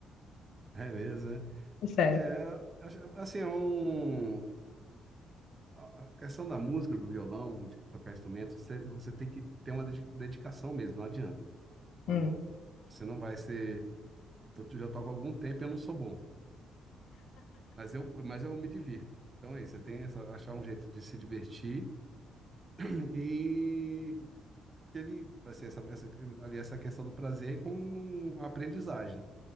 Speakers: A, on the right (about 30°); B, on the left (about 75°).
A: é mesmo, né?
B: <laughs> é sério.
A: É, acho- assim, é um, a questão da música, do violão, de tocar instrumentos, você, você tem que ter uma dedi- dedicação mesmo, não adianta. Ela
B: Hum.
A: não- você não vai ser. Eu já toco há algum tempo e eu não sou bom, mas eu, mas eu me divirto. Então é isso, você tem essa, achar um jeito de se divertir e que ele, assim, essa, essa, ali essa questão do prazer com a aprendizagem.